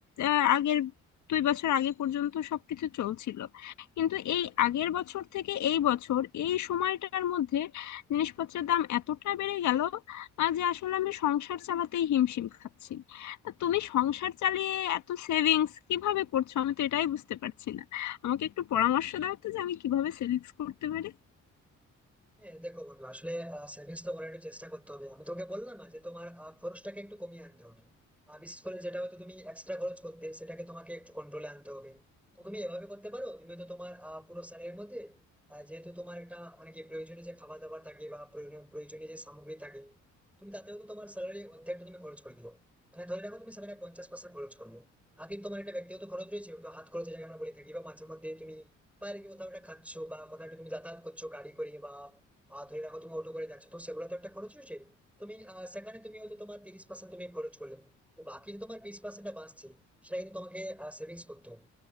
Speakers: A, on the left; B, in the centre.
A: আহ, আগের দুই বছর আগে পর্যন্ত সবকিছু চলছিল কিন্তু এই আগের বছর থেকে এই বছর এই সময়টার মধ্যে জিনিসপত্রের দাম এতটা বেড়ে গেল আহ, যে আসলে আমি সংসার চালাতেই হিমশিম খাচ্ছি তা তুমি সংসার চালিয়ে এত সেভিংস কিভাবে করছো আমি তো এটাই বুঝতে পারছি না আমাকে একটু পরামর্শ দাও তো যে আমি কিভাবে সেভিংস করতে পারি
B: হ্যাঁ দেখো বন্ধু আসলে সেভিংস তো করার একটু চেষ্টা করতে হবে আমি তোকে বললাম না যে তোমার আহ, খরচটাকে একটু কমিয়ে আনতে হবে আর বিশেষ করে যেটা হয়তো তুমি এক্সট্রা খরচ করতে সেটাকে তোমাকে একটু কন্ট্রোলে আনতে হবে তো তুমি এভাবে করতে পারো তুমি তো তোমার আহ, পুরো স্যালারির মধ্যে আহ, যেহেতু তোমার একটা মানে কি প্রয়োজনীয় যে খাবার দাবার থাকে বা প্রয়োজনীয় প্রয়োজনীয় যে সামগ্রী থাকে তুমি তাতেও তো তোমার স্যালারি অর্ধেকটা তুমি খরচ করে দিও মানে ধরে রাখো তুমি স্যালারি পঞ্চাশ পার্সেন্ট খরচ করবে আর কিন্তু তোমার একটা ব্যক্তিগত খরচ রয়েছে ওটা হাত খরচ যাকে আমরা বলে থাকি বা মাঝে মধ্যে তুমি বাইরে গিয়ে কোথাও একটা খাচ্ছো বা কোথাও একটা তুমি যাতায়াত করছো গাড়ি করে বা আহ ধরে রাখো তুমি অটো করে যাচ্ছ তো সেগুলো তো একটা খরচ হয়েছে তুমি আহ, সেখানে তুমি হয়তো তোমার তিরিশ পার্সেন্ট তুমি খরচ করলে তো বাকি যে তোমার বিশ পার্সেন্ট বাঁচছে সেটা কিন্তু তোমাকে সেভিংস করতে হবে